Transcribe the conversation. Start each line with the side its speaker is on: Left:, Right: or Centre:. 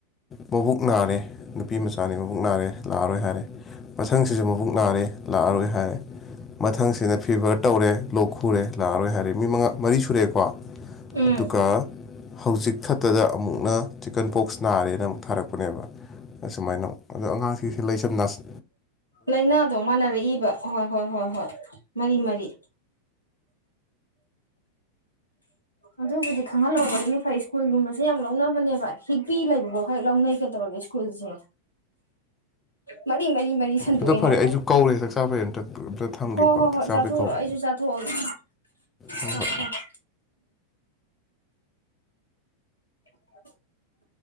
Left: ꯃꯕꯨꯛ ꯅꯥꯔꯦ ꯅꯨꯄꯤ ꯃꯆꯥꯅꯤ ꯃꯕꯨꯛ ꯅꯥꯔꯦ ꯂꯥꯛꯑꯔꯣꯏ ꯍꯥꯏꯔꯦ ꯃꯊꯪꯁꯤꯁꯨ ꯃꯕꯨꯛ ꯅꯥꯔꯦ ꯂꯥꯛꯑꯔꯣꯏ ꯍꯥꯏꯔꯦ ꯃꯊꯪꯁꯤꯅ ꯐꯤꯚꯔ ꯇꯧꯔꯦ ꯂꯣꯛ ꯈꯨꯔꯦ ꯂꯥꯛꯑꯔꯣꯏ ꯍꯥꯏꯔꯦ ꯃꯤ ꯃꯉꯥ ꯃꯔꯤ ꯁꯨꯔꯛꯑꯦꯀꯣ
Right: ꯎꯝ
Left: ꯑꯗꯨꯒ ꯍꯧꯖꯤꯛ ꯈꯛꯇꯗ ꯑꯃꯨꯛꯅ ꯆꯤꯛꯀꯟ ꯄꯣꯛꯁ ꯅꯥꯔꯦꯅ ꯑꯃꯨꯛ ꯊꯥꯔꯛꯄꯅꯦꯕ ꯑꯁꯨꯃꯥꯏꯅ ꯑꯗꯣ ꯑꯉꯥꯡꯁꯤꯡꯁꯤ ꯂꯩ ꯁꯝꯅꯁ
Right: ꯂꯥꯏꯅꯥꯗꯣ ꯃꯥꯟꯅꯔꯛꯏꯕ ꯍꯣꯏ ꯍꯣꯏ ꯍꯣꯏ ꯍꯣꯏ ꯃꯔꯤ ꯃꯔꯤ ꯑꯗꯨꯕꯨꯗꯤ ꯈꯪꯍꯜꯍꯧꯕꯗꯨꯅ ꯐꯩ ꯁ꯭ꯀꯨꯜꯒꯨꯝꯕꯁꯦ ꯌꯥꯝ ꯂꯧꯅꯕꯅꯦꯕ ꯍꯤꯛꯄꯤ ꯂꯩꯕꯐꯥꯎ ꯍꯦꯛ ꯂꯧꯅꯩ ꯀꯩꯗꯧꯔꯒꯦ ꯁ꯭ꯀꯨꯜꯁꯦ ꯃꯔꯤ ꯃꯔꯤ ꯃꯔꯤ ꯁꯟꯗꯣꯛꯑꯦ
Left: ꯑꯗꯣ ꯐꯔꯦ
Right: ꯍꯥꯏꯕ
Left: ꯑꯩꯁꯨ ꯀꯧꯔꯦ ꯆꯥꯛ ꯆꯥꯕꯩ ꯑꯝꯇ ꯑꯝꯇ ꯊꯝꯒꯦꯀꯣ
Right: ꯍꯣꯏ ꯍꯣꯏ
Left: ꯆꯥꯛ
Right: ꯍꯣꯏ
Left: ꯆꯥꯕꯩ
Right: ꯆꯥꯊꯣꯛꯎꯔꯣ
Left: ꯀꯧꯔꯦ
Right: ꯑꯩꯁꯨ ꯆꯥꯊꯣꯛꯑꯒꯦ
Left: ꯍꯣꯏ
Right: ꯊꯝꯃꯣ
Left: ꯍꯣꯏ
Right: ꯊꯝꯃꯣ <inaudible>